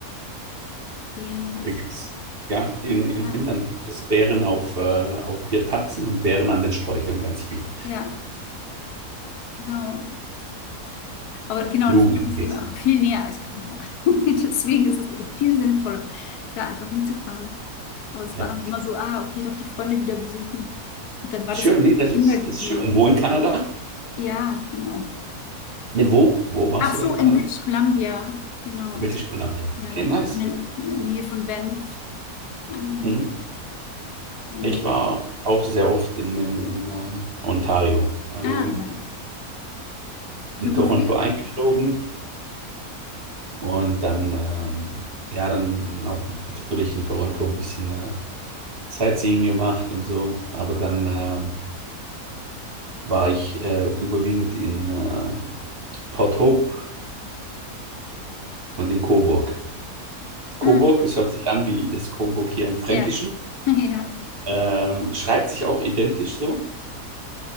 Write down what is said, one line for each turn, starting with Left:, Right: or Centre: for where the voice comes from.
Left: Bären, weiß
Right: Da gibt's,
Left: ich.
Right: ja, in, in
Left: Ah,
Right: Finnland gibt es Bären auf, äh, auf vier Tatzen und Bären an den Sträuchern ganz viel.
Left: ja, genau. Aber genau,
Right: Blueberries.
Left: und Finnland ist eben einfach viel näher als Kanada. <laughs> Deswegen ist es so viel sinnvoller, da einfach hinzufahren. Aber es
Right: Ja.
Left: war dann immer so, ah, okay, doch die Freunde wieder besuchen. Und dann war
Right: Schön,
Left: das auch
Right: nee,
Left: ein
Right: das
Left: Kindergefühl.
Right: ist, das ist schön. Und wo in Kanada?
Left: Ja, genau.
Right: Nee, wo? Wo warst
Left: Ach
Right: du
Left: so,
Right: da in Kanada?
Left: in British Columbia, genau,
Right: British
Left: also
Right: Columbia.
Left: ja,
Right: Okay, nice.
Left: in der Nähe von Banff. Ähm,
Right: Mhm.
Left: und-
Right: Ich war auch sehr oft in, in, in ähm, Ontario, also
Left: ah, ja,
Right: in
Left: beruflich.
Right: Toronto eingeflogen und dann, ähm, ja, dann, dann auch natürlich in Toronto ein bisschen äh, Sightseeing gemacht und so. Aber dann ähm, war ich äh, überwiegend in äh, Port Hope und in Coburg. Coburg,
Left: Mm,
Right: das hört sich an wie das Coburg hier im Fränkischen.
Left: ja, <laughs> ja.
Right: Ähm, schreibt sich auch identisch so,